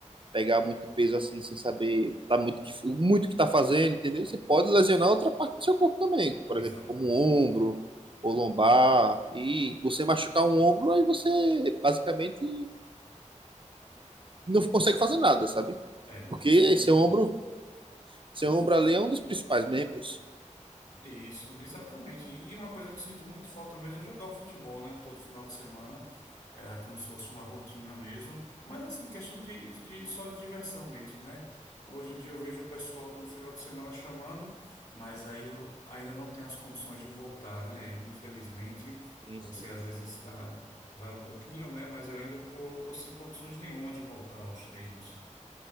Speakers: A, on the right; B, on the left.
A: pegar muito peso assim, sem saber tá muito, que- muito que tá fazendo, entendeu? Você pode lesionar outra parte do seu corpo também, por
B: exatamente.
A: exemplo, como o ombro ou lombar, e você machucar um ombro, aí você basicamente não consegue fazer nada, sabe?
B: É, não
A: Porque
B: consigo
A: seu
B: mesmo.
A: ombro, seu ombro ali é um dos principais membros.
B: Isso, exatamente. E uma coisa que eu sinto muito falta mesmo é jogar o futebol, né? Todo final de semana. Era como se fosse uma rotina mesmo. Mas assim, questão de, de só de diversão mesmo, né? Hoje em dia eu vejo o pessoal todo final de semana chamando, mas aí eu ainda não tenho as condições de voltar, né? Infelizmente,
A: Sim,
B: você
A: sim.
B: às vezes está, vai um pouquinho, né? Mas eu ainda tô, tô sem condições nenhuma de voltar aos treinos.